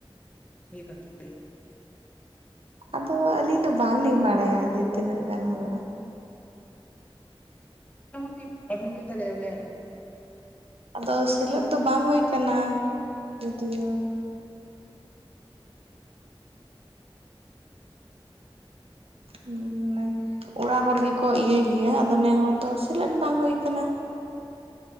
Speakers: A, on the left; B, on the right.
A: ᱦᱩᱭ ᱟᱠᱟᱱ ᱛᱟᱯᱮᱭᱟ ᱾
B: ᱟᱫᱚ ᱟᱹᱞᱤᱧ ᱫᱚ ᱵᱟᱝᱞᱤᱧ ᱵᱟᱲᱟᱭᱟ ᱡᱮ ᱛᱤᱱᱟᱹᱜ ᱜᱟᱱ ᱦᱩᱭᱩᱜᱼᱟ ᱾
A: ᱟᱢ ᱴᱤᱠ ᱮᱢ ᱞᱟᱹᱭ ᱫᱟᱨᱮ ᱤᱧᱟᱹ
B: ᱟᱫᱚ ᱥᱮᱞᱮᱫ ᱫᱚ ᱵᱟᱝ ᱦᱩᱭ ᱠᱟᱱᱟ ᱠᱤᱱᱛᱩ ᱾ ᱦᱮ ᱢᱟᱱᱮ ᱚᱲᱟᱜ ᱦᱚᱲ ᱜᱮᱠᱚ ᱤᱭᱟᱹ ᱜᱮᱭᱟ ᱟᱫᱚ ᱱᱮ ᱦᱚᱲ ᱫᱚ ᱥᱮᱞᱮᱫ ᱵᱟᱝ ᱦᱩᱭ ᱠᱟᱱᱟ ᱾